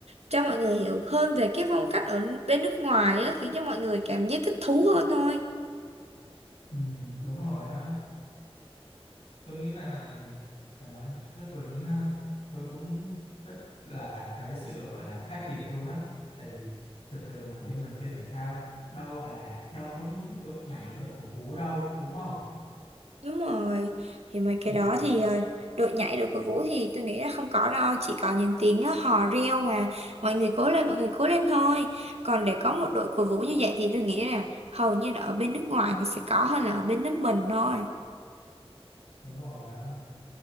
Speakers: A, on the right; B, on the left.
A: cho mọi người hiểu hơn về cái phong cách ở bên nước ngoài á khiến cho mọi người cảm giác thích thú hơn thôi
B: ừ, đúng rồi á tôi nghĩ là là nói rất có lý ha tôi cũng rất là thấy sự gọi là khác biệt luôn á tại vì thường thường mà bên mình chơi thể thao đâu gọi là đâu có những đội nhảy đội cổ vũ đâu đúng không
A: Đúng rồi, thì mấy cái
B: ừ,
A: đó thì ờ, đội nhảy đội cổ vũ thì tôi nghĩ là không có đâu, chỉ có những tiếng ờ, hò reo mà mọi người cố lên, mọi người cố lên thôi. Còn để có một đội cổ vũ như vậy thì tôi nghĩ là hầu như là ở bên nước ngoài nó sẽ có hơn là ở bên nước mình thôi.
B: đúng rồi á